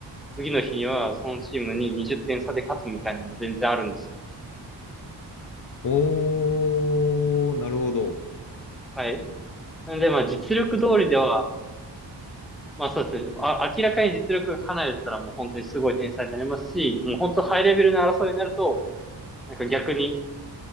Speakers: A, in the centre; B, on the left.
A: 次の日にはそのチームに20点差で勝つみたいなのも全然あるんですよ。
B: おー、なるほど。
A: はい。なんで、まあ実力通りでは、まあそうですね。あ、明らかに実力が離れてたらもう本当にすごい天才になりますし、もう本当ハイレベルな争いになると、なんか逆に、